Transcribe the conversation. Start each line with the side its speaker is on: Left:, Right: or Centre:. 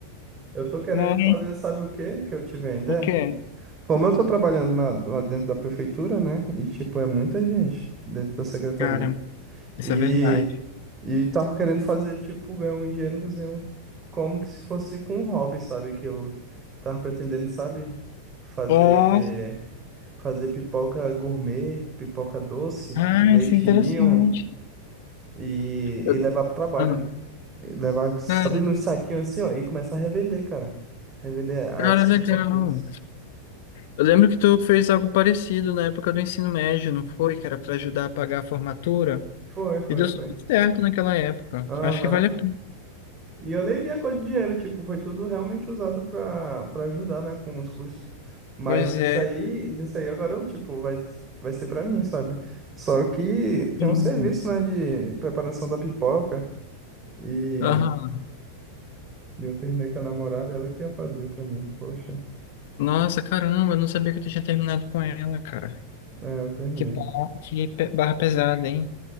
Right: Eu tô querendo
Left: Mas
Right: fazer, sabe o quê? Que eu tive ainda?
Left: o quê?
Right: Como eu tô trabalhando na- lá dentro da prefeitura, né? E, tipo, é muita gente dentro da secretaria.
Left: Cara, isso
Right: E,
Left: é verdade.
Right: e tava querendo fazer, tipo, ganhar um dinheirozinho como que se fosse com um hobby, sabe? Que eu tava pretendendo, sabe? Fazer,
Left: Ah,
Right: fazer pipoca gourmet, pipoca doce,
Left: Ah,
Right: de leite
Left: isso é interessante.
Right: ninho e,
Left: Eu-
Right: e levar pro trabalho.
Left: Ah,
Right: E Levar, sabe,
Left: cara,
Right: nos saquinhos assim, ó, e começar a revender, cara. Revender as
Left: cara,
Right: pipoquinhas.
Left: legal. Eu lembro que tu fez algo parecido na época do ensino médio, não foi? Que era para ajudar a pagar a formatura.
Right: Foi, foi,
Left: E deu
Right: foi.
Left: super certo naquela época.
Right: Aham.
Left: Acho que vale a pena.
Right: E eu nem vi a cor de dinheiro, tipo, foi tudo realmente usado para para ajudar, né, com os custos. Mas
Left: Pois
Right: isso
Left: é.
Right: aí, isso aí agora, eu, tipo, vai, vai ser para mim, sabe? Só que tem
Left: Sim.
Right: um serviço, né, de preparação da pipoca e
Left: Aham.
Right: eu terminei com a namorada, ela que ia fazer para mim. Poxa,
Left: Nossa, caramba, eu não sabia que tu tinha terminado com ela, cara.
Right: é, eu terminei.
Left: Que barra, que pe- barra pesada, hein?